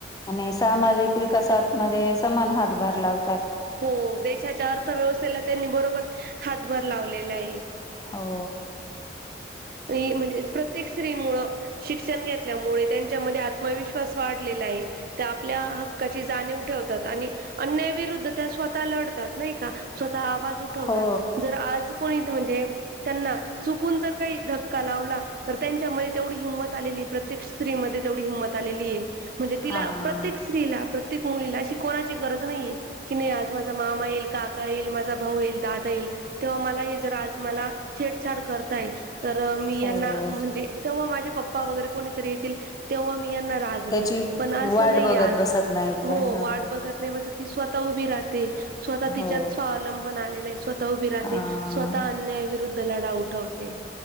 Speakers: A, on the left; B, on the right.
A: आणि सामाजिक विकासात मध्ये समान हातभार लाव
B: हो देशाच्या अर्थव्यवस्थेला त्यांनी, बरोबर हातभार लावलेलाय.
A: हो.
B: स्त्री म्हणजेच प्रत्येक स्त्री मुळ शिक्षण घेतल्यामुळे त्यांच्यामध्ये आत्मविश्वास वाढलेलाय. त्या आपल्या ह क्काची जाणीव ठेवतात. आणि अन्याविरुद्ध त्या स्वतः लढतात नाही का? स्वतः आवाज उठवतात.
A: हो
B: जर आज कोणी म्हणजे त्यांना चुकून जर काही धक्का लावला. तर त्यांच्यामध्ये तेवढी हिंमत आलेलीय. प्रत्येक स्त्रीमध्ये तेवढी हिंमत आलेलीय. म्हणजे
A: हा.
B: तिला. प्रत्येक स्त्रीला, प्रत्येक मुलीला अशी कोणाची गरज नाहीये. कि नाही आज माझा मामा येईल. काका येईल. माझा भाऊ येईल. दादा येईल. तेव्हा मला हे जर आज मला छेडछाड करताय. तर मी
A: हो
B: यांना म्हणजे तेव्हा माझे पप्पा वगैरे कोणीतरी येतील. तेव्हा मी यांना रा गवेल.
A: त्याची
B: पण अस
A: वाट
B: नाही
A: बघत
B: आज,
A: बसत नाहीत
B: हो
A: त्या हा
B: वाट बघत नाही बसत. ती स्वतः उभी राहते. स्वतः तिच्यात
A: हो
B: स्वावलंबन आलेलं आहे. स्वतः उभी राहते.
A: हा.
B: स्वतः अन्याय विरुद्ध लढा उठवते.